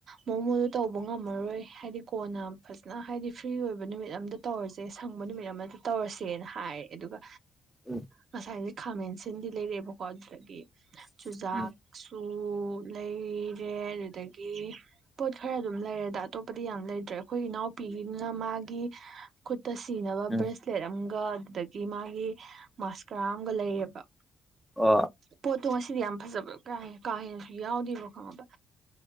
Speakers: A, on the right; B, in the centre.
A: ꯃꯣꯃꯣꯗꯣ ꯇꯧꯕ ꯉꯝꯃꯔꯣꯏ ꯍꯥꯏꯗꯤ ꯀꯣꯟꯅ ꯐꯖꯅ ꯍꯥꯏꯗꯤ ꯐ꯭ꯔꯤ ꯑꯣꯏꯕ ꯅꯨꯃꯤꯠ ꯑꯝꯗ ꯇꯧꯔꯁꯦ ꯁꯪꯕ ꯅꯨꯃꯤꯠ ꯑꯃꯗ ꯇꯧꯔꯁꯦꯅ ꯍꯥꯏꯔꯦ ꯑꯗꯨꯒ
B: ꯎꯝ
A: ꯉꯁꯥꯏꯖꯦ ꯈꯥꯃꯦꯟꯁꯤꯟꯕꯤ ꯂꯩꯔꯦꯑꯦꯕꯀꯣ ꯑꯗꯨꯗꯒꯤ ꯆꯨꯖꯥꯛ
B: ꯎꯝ
A: ꯇꯨ ꯂꯩꯔꯦ ꯑꯗꯨꯗꯒꯤ ꯄꯣꯠ ꯈꯔ ꯑꯗꯨꯝ ꯂꯩꯔꯦꯗ ꯑꯇꯣꯞꯄꯗꯤ ꯌꯥꯝ ꯂꯩꯗ꯭ꯔꯦ ꯑꯈꯣꯏ ꯏꯅꯥꯎꯄꯤꯒꯤꯗꯨꯅ ꯃꯥꯒꯤ ꯈꯨꯠꯇ ꯁꯤꯅꯕ
B: ꯎꯝ
A: ꯕ꯭ꯔꯦꯁꯂꯦꯠ ꯑꯝꯒ ꯑꯗꯨꯗꯒꯤ ꯃꯥꯒꯤ ꯃꯁꯀꯔꯥ ꯑꯝꯒ ꯂꯩꯌꯦꯕ
B: ꯑꯣ
A: ꯄꯣꯠꯇꯣ ꯉꯁꯤꯗꯤ ꯌꯥꯝ ꯐꯖꯕ ꯀꯥ ꯀꯥ ꯍꯦꯟꯅꯁꯨ ꯌꯥꯎꯗꯦꯕ ꯈꯪꯉꯕ